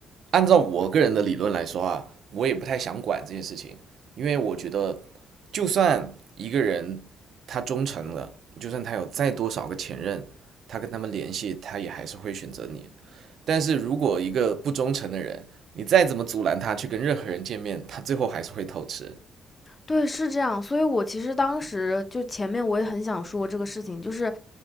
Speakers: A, on the right (about 65°); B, on the left (about 25°).
A: 按照我个人的理论来说啊，我也不太想管这些事情，因为我觉得，就算一个人他忠诚了，就算他有再多少个前任，他跟他们联系，他也还是会选择你。但是如果一个不忠诚的人，你再怎么阻拦他去跟任何人见面，他最后还是会偷吃。
B: 对，是这样。所以我其实当时就前面我也很想说这个事情，就是